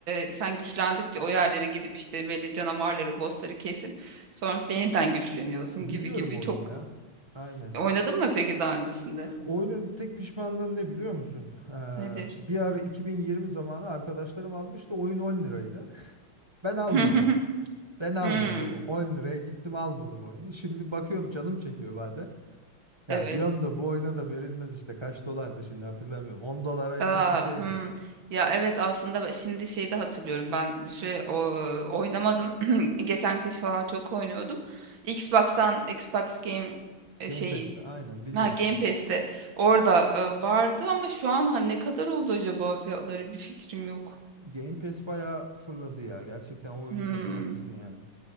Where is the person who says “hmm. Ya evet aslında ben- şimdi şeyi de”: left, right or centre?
Right